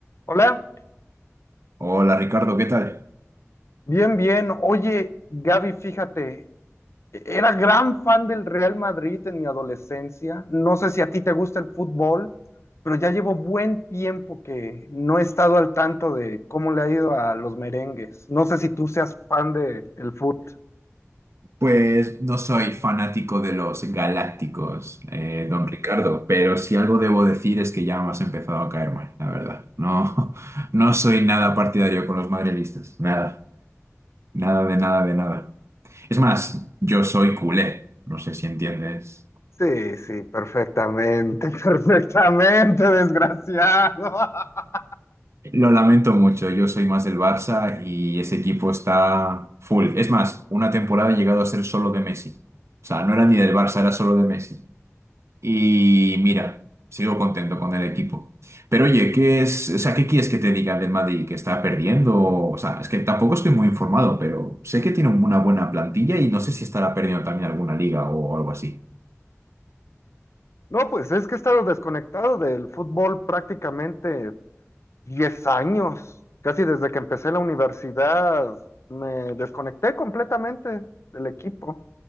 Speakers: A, on the left; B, on the right.
A: Hola,
B: Hola Ricardo, ¿qué tal?
A: bien, bien. Oye, Gaby, fíjate, era gran fan del Real Madrid en mi adolescencia. No sé si a ti te gusta el fútbol, pero ya llevo buen tiempo que no he estado al tanto de cómo le ha ido a los merengues. No sé si tú seas fan de el fútbol.
B: Pues no soy fanático de los galácticos, eh, don Ricardo, pero si algo debo decir es que ya me has empezado a caer mal, la verdad. No, <laughs> no soy nada partidario con los madrilistas, nada, nada de nada de nada. Es más, yo soy culé, no sé si entiendes.
A: Sí, sí, perfectamente, <laughs> perfectamente, desgraciado. <laughs>
B: Lo lamento mucho, yo soy más del Barça y ese equipo está full. Es más, una temporada he llegado a ser solo de Messi. O sea, no era ni del Barça, era solo de Messi. Y mira, sigo contento con el equipo. Pero oye, ¿qué es, o sea, qué quieres que te diga del Madrid que está perdiendo? O sea, es que tampoco estoy muy informado, pero sé que tiene una buena plantilla y no sé si estará perdiendo también alguna liga o algo así.
A: No, pues es que he estado desconectado del fútbol prácticamente 10 años, casi desde que empecé la universidad, me desconecté completamente del equipo.